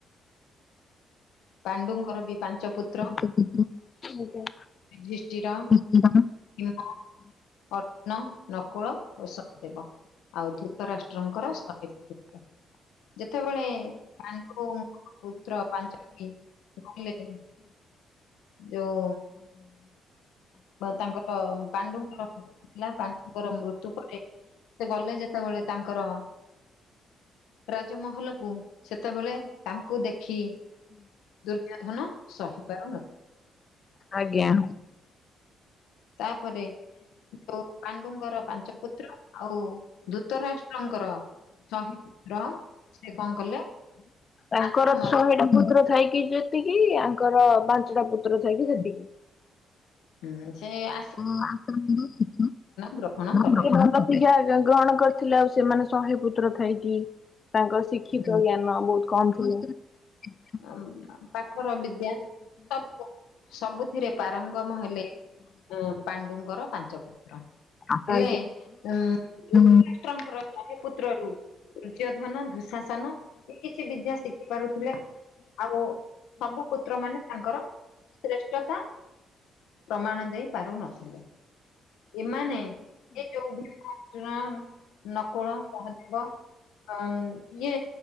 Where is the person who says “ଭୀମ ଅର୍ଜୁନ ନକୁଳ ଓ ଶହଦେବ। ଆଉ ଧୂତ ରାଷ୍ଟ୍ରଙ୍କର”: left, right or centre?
Left